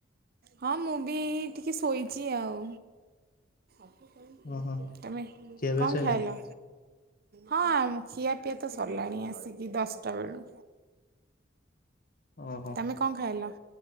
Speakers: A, on the right (about 50°); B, on the left (about 50°).
A: ହଁ, ମୁଁ ବି ଟିକେ ଶୋଇଛି ଆଉ। <inaudible>
B: ଓହୋ
A: ତମେ
B: ଖିଆ ପିଆ
A: କଣ
B: ସଇଲାଣି
A: ଖାଇଲ? ହଁ ଖିଆପିଆ ତ ସରିଲାଣି ଆସିକି ଦଶଟା ବେଳୁ।
B: ଓହୋ
A: ତମେ କଣ ଖାଇଲ?